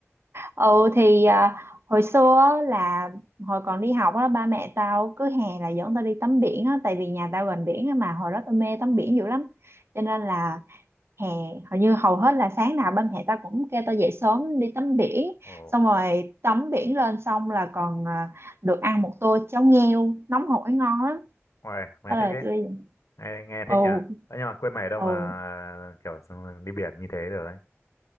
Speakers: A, on the right; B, on the left.
A: ừ thì ờ, hồi xưa á là hồi còn đi học á ba mẹ tao cứ hè là dẫn tao đi tắm biển á tại vì nhà tao gần biển á mà hồi đó tao mê tắm biển dữ lắm cho nên là hè hầu như hầu hết là sáng nào ba mẹ tao cũng kêu tao dậy sớm đi tắm biển
B: Ồ,
A: xong rồi tắm biển lên xong là còn à, được ăn một tô cháo nghêu nóng hổi ngon lắm
B: mày, mày
A: đó là
B: thích ấy.
A: tôi
B: Nghe, nghe
A: ồ
B: thích nhỉ? Đấy, nhưng mà quê mày ở đâu
A: ồ
B: mà kiểu xong đi biển như thế rồi ấy.